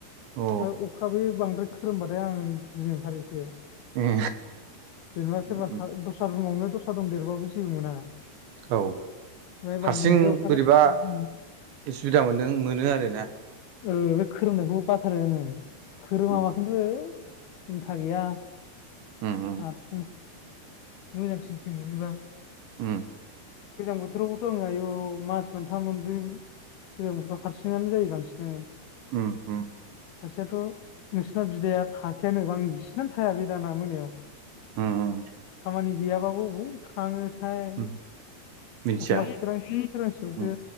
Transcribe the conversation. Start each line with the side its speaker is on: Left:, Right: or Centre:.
Right: अ
Left: आरो अखाबो। बांद्राय खोरोमबाथाय आं गिनो ओंखारो एसे
Right: ए
Left: जेनबा‌
Right: उम
Left: सोरबा सा दस्रा रुमावनो दस्रा दंदेरोब्लाबो जेबो मोना
Right: औ
Left: ओमफ्राय बांद्राय
Right: हारसिं
Left: अखा
Right: बोरैबा
Left: उम,
Right: उसुबिदा मोनदों मोनो आरो ना।
Left: ओ बे खोरोमनायखौ बाथारो आङो खोरोमाबा
Right: उम
Left: खिन्थु ओ सिन्था गैया आं
Right: उम
Left: हारसिं मोजांसिनसो मोनोबा
Right: उम
Left: गोजां बोथोरावबोथ' आङो आयु मास मोनथाम मोनब्रै ओजों बोथ' हारसिंआनो जायो बांसिनानो
Right: उम
Left: सासेयाथ' नोंसोरना बिदाया थाखायानो बां जिसिनानो थाया बे दाना मोनायाव
Right: उम उम‌
Left: खामानि गैयाबाबो बबाव थाङोथाय
Right: उम मिथिया
Left: एखमबा सोरांसि सोरांसियावसो
Right: उम